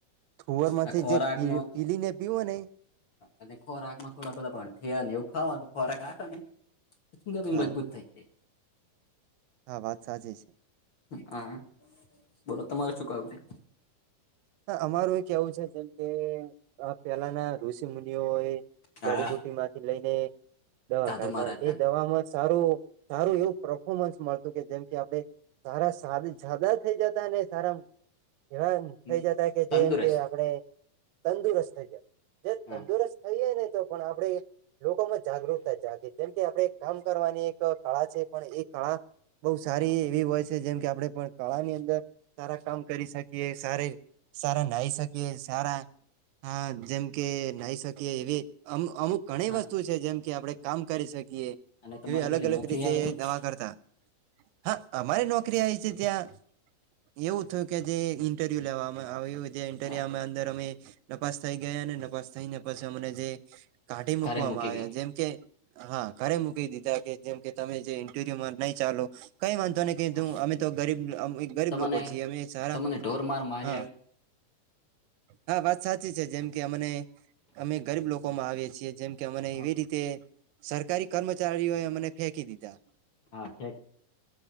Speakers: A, on the right; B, on the left.
A: થુવર માંથી
B: આ ખોરાકમાં
A: જે પીલી ને પીવો ને
B: અને ખોરાક માં થોડા પેલા ભઠયા એવું ખાવાનું ખોરાક આવે શું
A: હા
B: <unintelligible> મજબૂત થાય છે
A: હા વાત સાચી છે
B: હા બોલો તમાર શું કાવુ છે
A: હ અમારુ એ કેવું છે જેમ કે પેલાના ઋષિ મુનિઓ એ જાડીબુટી
B: હા
A: માંથી લઈને દવા
B: સાધુ
A: કાઢતા
B: મહારાજ
A: એ દવામાં સારું સારું એવું પરફોર્મન્સ મળતું કે જેમ કે આપણે સારા <unintelligible> સાદદા <unintelligible> થઈ જતા ને સરામ એવા
B: ને
A: થઇ જતા કે
B: તંદુરસ્ત
A: જેમ કે આપણે તંદુરસ્ત થઈ જ જે
B: હા
A: તંદુરસ્ત થઈ જાય ને તો પણ આપણે લોકોમાં જાગૃતતા જાગે કે આપણેે કામ કરવાની એક કળા છે પણ એ કળા બહ સારી
B: હા,
A: એવી હોય જેમ કે આપણે પણ કળા ની અંદર સારા કામ કરી શકીએ સારે સારા નાહાઈ શકીએ સારા હા જેમ કે નાહી શકીએ એવી અમ અમુક ઘણી
B: હા
A: વસ્તુ છે જેમ કે આપણે કામ કરી શકીએ ઈએ
B: અને તમારે
A: એવી અલગ
B: પેલી
A: અલગ
B: નોકરી
A: રીતે
B: આવી હતી
A: દવા કરતા હા અમારી નોકરી આઇ છે ત્યાં એવું થું કે જે ઇન્ટરવ્યુ લેવામાં આવ્યું જે ઇન્ટરવ્યુમાં
B: હા
A: અંદર અમે નપાસ થઇ ગયા અને નપાસ થઈ ને પછી હમને જે કાઢી મુકવામાં
B: ઘરે મૂકી
A: આયા
B: ગયા
A: જેમ કે હા ઘરે મુક દીધા કે જેમ કે તમે જે ઇન્ટરવ્યુમાં નહી ચાલો કઈ વાંધો નહી કીધુ
B: હા.
A: અમે તો ગરીબ અમ ગરીબ
B: તમને
A: લોકો છે સારા
B: તમને ઢોર માર માર્યા
A: હા હા વાત સાચી છે જેમ કે અમેને અમે ગરીબ લોકોમાં આવીએ છીએ જેમ કે અને
B: હા,
A: એવી રીતે સરકારી કર્મચારી ચારીઓ એ અમને ફેંકી દીધા
B: હા ફેંક